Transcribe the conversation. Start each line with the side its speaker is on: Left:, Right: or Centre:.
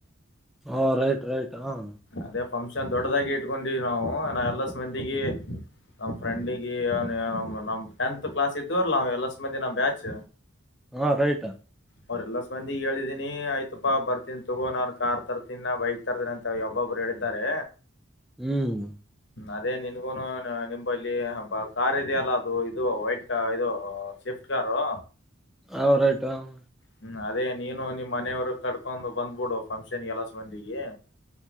Centre: ಓ ರೈಟ್ ರೈಟ್ ಹಾಂ.
Left: ಅದೇ ಫಂಕ್ಷನ್ ದೊಡ್ದಾಗಿ ಇಟ್ಕೊಂಡಿವ್ ನಾವು ನ ಎಲ್ಲ <unintelligible> ನಮ್ ಫ್ರೆಂಡಿಗೆ <unintelligible> ನಮ್ ಟೆಂತ್ ಕ್ಲಾಸ್ ಇದ್ದೋರ್ಲ ಎಲಸ್ ಮಂದಿ ನಮ್ ಬ್ಯಾಚ್.
Centre: ಹಾಂ ರೈಟ್.
Left: ಅವ್ರೆಲ್ಲ ಸ್ ಮಂದಿಗ್ ಹೇಳಿದೀನಿ ಆಯ್ತಪ್ಪಾ ಬರ್ತಿನ್ ತಗೋ ನಾನ್ ಕಾರ್ ತರ್ತಿನ್ ನಾ ಬೈಕ್. ತರ್ತಿನ್ ಅಂತ ಯೊಬೊಬ್ಬ್ರ್ ಹೇಳಿದ್ದಾರೆ.
Centre: ಹ್ಮ್.
Left: ಅದೇ ನಿನ್ಗುನು ನಿಂಬಲ್ಲಿ ಕಾರ್ ಇದೆಯಲ್ಲ ಅದು ಇದು ವೈಟ್ ಕ ಇದೂ. Shift car.
Centre: ಹಾಂ ರೈಟ್ ಹಾಂ ಹಾಂ.
Left: ಹ್ಮ್ ಅದೇ ನೀನು ನಿಮ್ ಮನೆವ್ರು ಕಡ್ಕೊಂದು ಬಂದ್ಬುಡು ಫಂಕ್ಷನ್ ಎಲ್ಲಾಸ್ ಮಂದಿಗೆ.